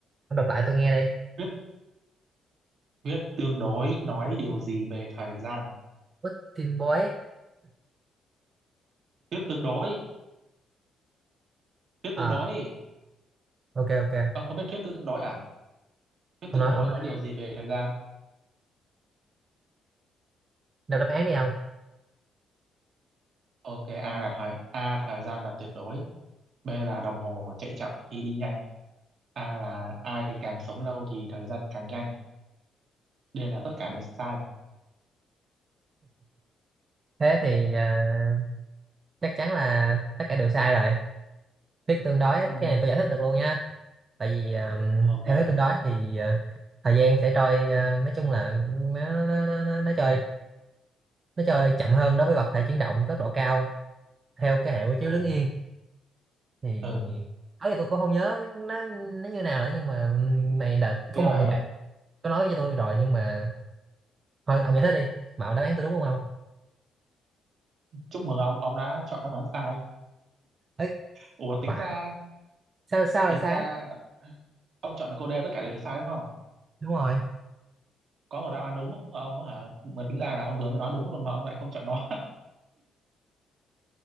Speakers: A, on the right; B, on the right.
A: Ông đọc lại tôi nghe đi
B: Thuyết thuyết tương đối nói điều gì về thời gian?
A: Putin boy
B: Thuyết tương đối, thuyết
A: à
B: tương đối.
A: ok ok
B: Ông không biết thuyết tương đối à? Thuyết
A: ông
B: tương
A: nói
B: đối
A: ông nói
B: nói điều
A: đi.
B: gì về thời gian?
A: đọc đáp án đi ông
B: Ok, A là thời A thời gian là tuyệt đối, B là đồng hồ chạy chậm khi đi nhanh, A là ai càng sống lâu thì thời gian càng nhanh. D là tất cả đều sai.
A: thế thì à, chắc chắn là tất cả đều sai rồi thuyết tương đối á,
B: Ừ,
A: cái này tôi giải thích được luôn nha tại vì um,
B: ok,
A: theo thứ tự đó thì uh, thời gian sẽ trôi uh, nói chung là nó nó nó nó, nó trôi nó trôi chậm hơn đối với vật thể chuyển động tốc độ cao theo cái hệ quy chiếu
B: ừ,
A: đứng yên thì
B: ừ.
A: ấy tôi cũng không nhớ nó nó như nào nữa nhưng mà này đợt
B: Nghe
A: có một
B: vậy,
A: người bạn có nói với tôi rồi nhưng mà thôi ông giải thích đi mà ông đáp án tôi đúng không ông
B: chúc mừng ông, ông đã chọn đáp án sai.
A: ấy
B: Ủa tính
A: phải
B: ra,
A: sao sao
B: tính
A: lại sai
B: ra ông chọn là cô D tất cả đều sai đúng không?
A: đúng rồi
B: Có một đáp án đúng của ông á hả? Mà tính ra là ông vừa mới nói đúng luôn mà ông lại không chọn nó. <laughs>